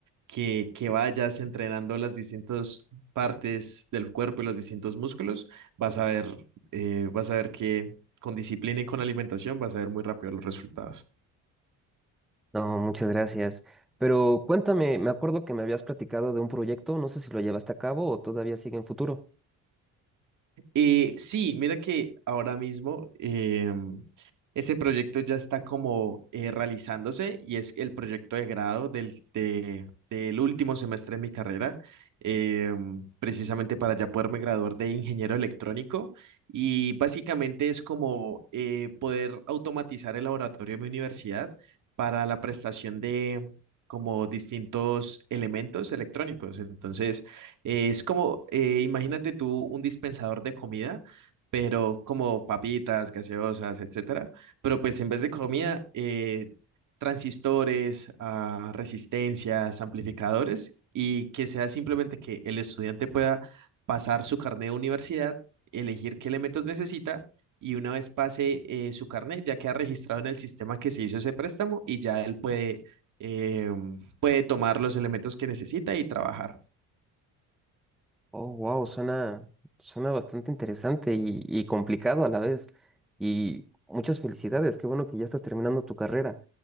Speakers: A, on the right; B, in the centre.
A: que, que vayas entrenando las distintas partes del cuerpo y los distintos músculos, vas a ver, eh, vas a ver que con disciplina y con alimentación vas a ver muy rápido los resultados.
B: No, muchas gracias. Pero cuéntame, me acuerdo que me habías platicado de un proyecto, no sé si lo llevaste a cabo o todavía sigue en futuro.
A: Eh, sí, mira que ahora mismo em, ese proyecto ya está como eh, realizándose y es el proyecto de grado del, de- del último semestre de mi carrera, em, precisamente para ya poderme graduar de ingeniero electrónico y básicamente es como eh, poder automatizar el laboratorio de mi universidad para la prestación de como distintos elementos electrónicos. Entonces, eh, es como, eh, imagínate tú un dispensador de comida, pero como papitas, gaseosas, etcétera. Pero pues en vez de comida, eh, transistores, ah, resistencias, amplificadores, y que sea simplemente que el estudiante pueda pasar su carnet de universidad, elegir qué elementos necesita y una vez pase eh, su carnet, ya queda registrado en el sistema que se hizo ese préstamo y ya él puede, eh, puede tomar los elementos que necesita y trabajar.
B: Oh, wow, suena, suena bastante interesante y, y complicado a la vez. Y muchas felicidades, qué bueno que ya estás terminando tu carrera.